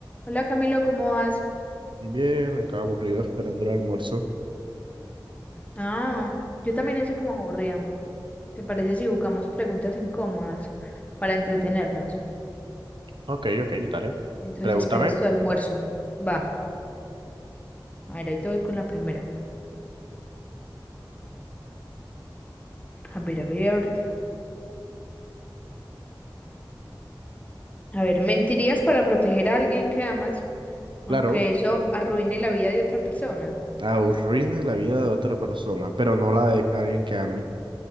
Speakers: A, on the left; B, on the right.
A: Hola Camilo, ¿cómo vas?
B: Bien, acá aburrido esperando el almuerzo.
A: Ah, yo también estoy como aburrida. ¿Te parece si jugamos preguntas incómodas para entretenernos
B: Ok, ok, dale.
A: mientras
B: Pregúntame.
A: esperas tu almuerzo? Va, a ver, ahí te voy con la primera. A ver, a ver. <clears throat> A ver, ¿mentirías para proteger a alguien que amas,
B: Claro,
A: aunque eso arruine la vida de otra persona?
B: arruine la vida de otra persona, pero no la de alguien que ame.